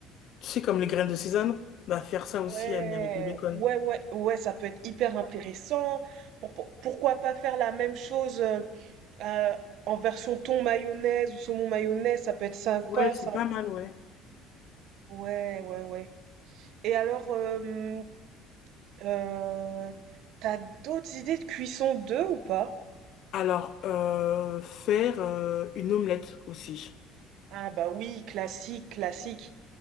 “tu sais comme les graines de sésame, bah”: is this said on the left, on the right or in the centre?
Left